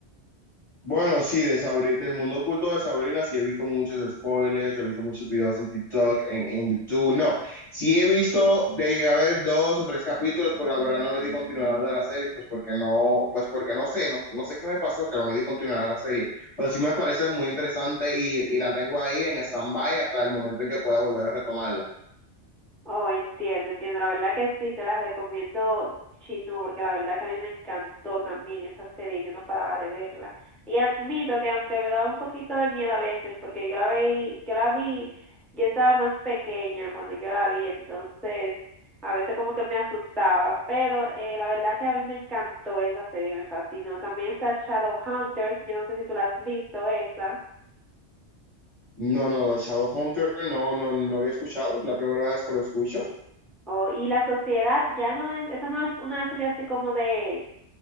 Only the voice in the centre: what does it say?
Oh, entiendo, entiendo. La verdad que sí, te las recomiendo muchísimo porque la verdad que a mí me encantó también esa serie y yo no paraba de verla. Y admito que aunque me daba un poquito de miedo a veces porque yo la vi, yo la vi, yo estaba más pequeña cuando yo la vi, entonces a veces como que me asustaba, pero eh, la verdad que a mí me encantó esa serie, me fascinó. También está Shadowhunters, yo no sé si tú la has visto esa.
Oh, y la sociedad ya no es, esa no es una serie así como de